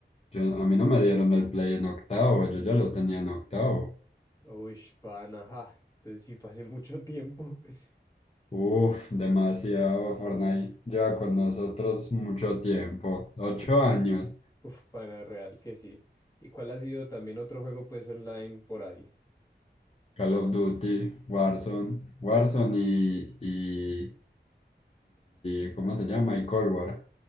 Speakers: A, on the left; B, on the left.
A: Yo, a mí no me dieron el play en octavo, yo ya lo tenía en octavo.
B: Uy, pana, ajá. Entonces sí, fue hace mucho tiempo. <laughs>
A: Uf, demasiado. Fortnite lleva con nosotros mucho tiempo. Ocho años.
B: Uf, pana, real que sí. ¿Y cuál ha sido también otro juego pues online por ahí?
A: Call of Duty, Warzone, Warzone y, y, y ¿cómo se llama? Y Cold War.